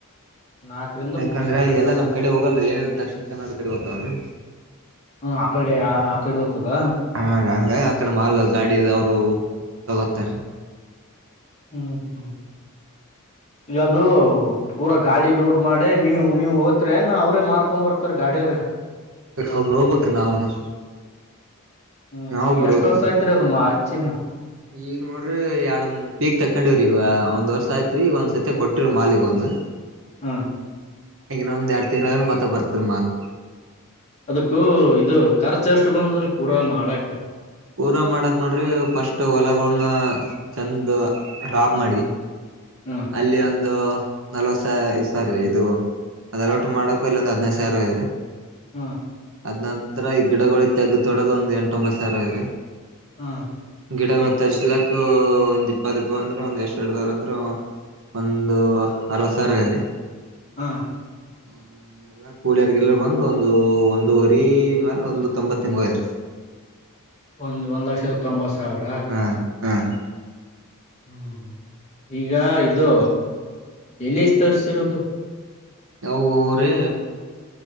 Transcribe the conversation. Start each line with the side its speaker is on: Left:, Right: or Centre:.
Left: ನಾಕರಿಂದ
Right: ಯಾಕಂದ್ರ
Left: ಮೂರ್ ಸಾವಿರ
Right: ಇಲ್ಲ ಎಲ್ಲಾ ನಮ್ ಕಡೆ ಹೋಗಲ್ರಿ ಏನಿದ್ರ ದಕ್ಷಿಣ ಕನ್ನಡ ಕಡೆ ಹೋಗ್ತವಲ್ ರೀ
Left: ಹ್ಮ ಆ ಕಡೆ ಆ ಆ ಕಡೆ ಹೋದ್ತದ
Right: ಹ ಹಂಗ ಆಕಡೆ ಮಾಲ್ ಗಾಡಿ ಅವರು ತಗೋತಾರೆ
Left: ಹ್ಮ್ ಹ್ಮ್ ಇಲ್ಲಾ ಬ್ರೋ ಪೂರಾ ಗಾಡಿ ಲೋಡ್ ಮಾಡಿ ನೀವು ನೀವ್ ಓತರೇನ್ ಅವ್ರೇ ಮಾರ್ಕೊ ಬರ್ತಾರ ಗಾಡಿಯರ
Right: ಒಬ್ಬ್ರೊಬ್ಬಕ್ ನಾವುನು
Left: ಹ್ಮ್
Right: ನಾವ್
Left: ಈ
Right: ಒಬ್ರು
Left: ಎಷ್ಟ್
Right: ಹೋಗ್ತಿವ್ರಿ
Left: ವರ್ಷ ಆಯಐತ್ರಿ ಅದು ಅಚ್ಚಿ ನೀವು
Right: ಈಗ ನೋಡ್ರಿ ಎರಡ ಪೀಕ್ ತಕೊಂಡಿವ್ರಿ ಈಗ ಒಂದ್ ವರ್ಷ ಆಯ್ತ್ರಿ ಈಗ ಒಂದ್ ಸತಿ ಕೊಟ್ಟಿರ ಮಾಲ್ ಈಗ ಒಂದು
Left: ಹಾಂ
Right: ಈಗನ್ನ ಒಂದ ಎರಡು ತಿಂಳಗ ಮತ್ತ ಬರ್ತರ್ ಮಾಲ್
Left: ಅದಕ್ಕೂ ಇದು ಖರ್ಚು ಎಷ್ಟು ಬಂದ್ರಿ ಪೂರಾ ಮಾಡಕ್
Right: ಪೂರಾ ಮಾಡಕ್ ನೋಡ್ರಿ ಫಸ್ಟ್ ಹೊಲಗಳನ್ನ ಚೆಂದ ರಾಬ್ ಮಾಡಿ
Left: ಹಾಂ
Right: ಅಲ್ಲಿ ಒಂದು ನಲ್ವತ್ ಸ ಸಾರಿ ಇದು ಅದ ಅಲೋಟ್ ಮಾಡಕ್ ಇಲ್ಲಿ ಒಂದ್ ಹದಿನೈ ಸಾವರ ಹೋಗದ್ರರಿ
Left: ಹಾ
Right: ಅದ್ ನಂತರ ಈ ಗಿಡಗಳ ತೆಗ ತೊಡೋದ ಒಂದ್ ಎಂಟ ಒಂಬತ್ತು ಸಾವಿರ ಹೋಗದ್ರೀ
Left: ಹಾ
Right: ಗಿಡಗಳು ತರ್ರಿಸಲಕ್ ಒಂದ್ ಇಪ್ಪತ್ತು ರೂಪಾಯಿ ಅಂದ್ರೆಂದ ಎಷ್ಟ್ ಎರಡ ದಾವರ ಅಂದ್ರೆ ಒಂದು ಅರವತ್ ಸಾವಿರ ಹೋಗದ್ರಿ
Left: ಹಾಂ
Right: ಹ್ಮ ಎಲ್ಲ ಕೂಲಿಯರ್ಗಲ್ಲ ಬಂದ ಒಂದು ಒಂದುವರಿ ಮ್ಯಾಲ ಒಂದು ತೊಂಬತ್ಂಗ್ ಹೋಗದರೀ
Left: ಒಂದು ಒಂದು ಲಕ್ಷದ ತೊಂಬತ್ತು ಸಾವಿರ
Right: ಹಾರಿ ಹಾರಿ
Left: ಹ್ಮ ಈಗ ಇದು ಎಲ್ಲಿಷ್ಟ ತರಿಸಿರೋದು
Right: ಯವುರೀ